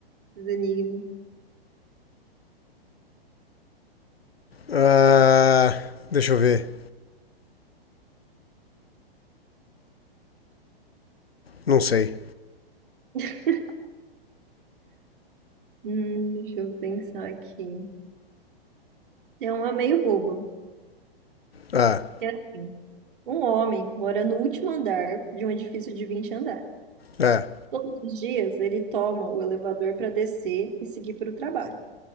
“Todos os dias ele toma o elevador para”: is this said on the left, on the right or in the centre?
Right